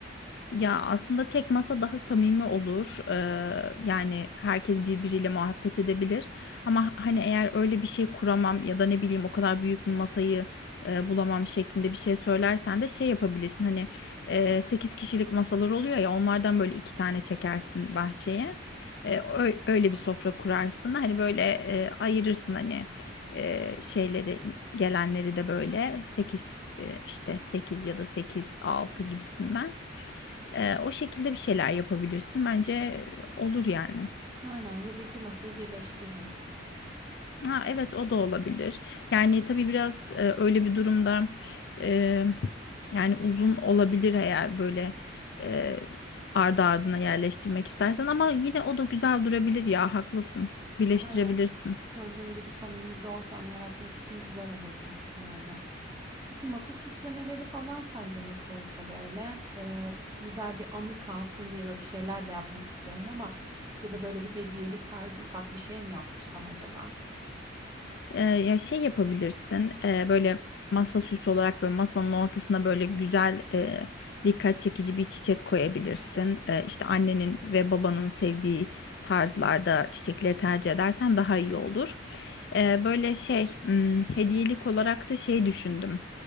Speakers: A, on the left; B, on the right.
A: Ya aslında tek masa daha samimi olur. Ee, yani herkes birbiriyle muhabbet edebilir. Ama hani eğer öyle bir şey kuramam ya da ne bileyim o kadar büyük bir masayı e, bulamam şeklinde bir şey söylersen de şey yapabilirsin. Hani e, 8 kişilik masalar oluyor ya onlardan böyle iki tane çekersin bahçeye. E, ö- öyle bir sofra kurarsın. Hani böyle e, ayırırsın hani e, şeyleri gelenleri de böyle 8 işte 8 ya da 8 6 gibisinden. Ee, o şekilde bir şeyler yapabilirsin. Bence e, olur yani.
B: Aynen ya da iki masayı birleştiririm.
A: Ha, evet o da olabilir. Yani tabii biraz e, öyle bir durumda e, yani uzun olabilir eğer böyle e, ardı ardına yerleştirmek istersen ama yine o da güzel durabilir ya haklısın. Birleştirebilirsin.
B: Aynen. Söylediğin gibi samimi bir ortam yaratmak için güzel olur büyük ihtimalle. Peki masa süslemeleri falan sence nasıl olsa böyle e, güzel bir anı kalsın diye böyle bir şeyler de yapmak istiyorum ama ya da böyle bir hediyelik tarzı ufak bir şey mi yaptırsam acaba?
A: Ee, ya şey yapabilirsin e, böyle masa süsü olarak böyle masanın ortasına böyle güzel e, dikkat çekici bir çiçek koyabilirsin. E, işte annenin ve babanın sevdiği tarzlarda çiçekleri tercih edersen daha iyi olur. E, böyle şey m, hediyelik olarak da şey düşündüm.